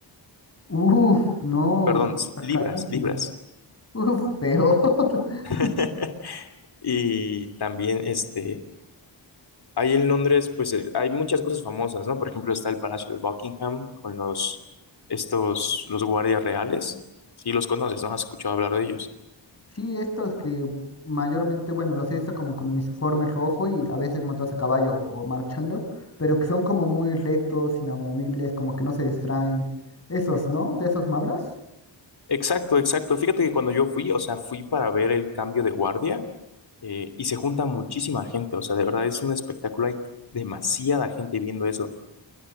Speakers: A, on the left; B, on the left.
A: Uf, no,
B: Perdón, sí,
A: está
B: libras,
A: carísimo.
B: libras.
A: Uf, peor. <laughs>
B: <laughs> Y también, este, ahí en Londres, pues eh, hay muchas cosas famosas, ¿no? Por ejemplo, está el Palacio de Buckingham con los, estos, los guardias reales. Sí, los conoces, ¿no? Has escuchado hablar de ellos.
A: Sí, estos que mayormente, bueno, los he visto como con uniforme rojo y a veces montados a caballo o marchando, pero que son como muy rectos, inamovibles, como que no se distraen. Esos, ¿no? ¿De esos me hablas?
B: Exacto, exacto. Fíjate que cuando yo fui, o sea, fui para ver el cambio de guardia eh, y se junta muchísima gente, o sea, de verdad es un espectáculo, hay demasiada gente viendo eso.